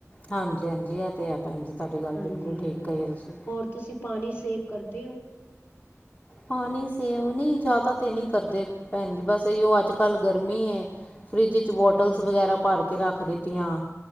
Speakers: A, on the left; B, on the left.
A: ਹਾਂਜੀ, ਹਾਂਜੀ ਐ ਤੇ ਹੈ ਪੈਂਜੀ ਜੀ ਤੁਆਡੀ ਗੱਲ
B: ਹਾਂਜੀ
A: ਬਿਲਕੁਲ ਠੀਕ ਕਈ ਏ ਤੁਸੀ
B: ਹੋਰ ਤੁਸੀ ਪਾਨੀ ਸੇਵ ਕਰਦੇ ਓ?
A: ਪਾਨੀ ਸੇਵ ਨੀ ਜਾਦਾ ਤੇ ਨੀ ਕਰਦੇ ਪੈਂਨ ਜੀ ਬਸ ਐਯੋ ਅੱਜ-ਕੱਲ ਗਰਮੀ ਏ ਫਰਿੱਜ ਚ ਬੋਟਲਸ
B: ਹਾਂਜੀ
A: ਵਗੈਰਾ ਪਾਰ ਕੇ ਰਾਖ ਦਿੱਤੀਆਂ